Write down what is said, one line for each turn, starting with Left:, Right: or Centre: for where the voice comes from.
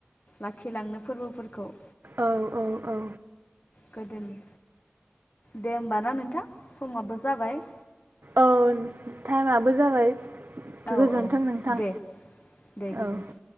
Left: लाखिलांनो फोरबोफोरखौ
Right: औ-औ-औ
Left: गोदोनि। दे होमबाना नोंथां समाबो जाबाय।
Right: औ टाइमाबो जाबाय।
Left: औ
Right: गोजोनथों
Left: औ
Right: नोंथां
Left: दे दे गोजोन्थों।
Right: औ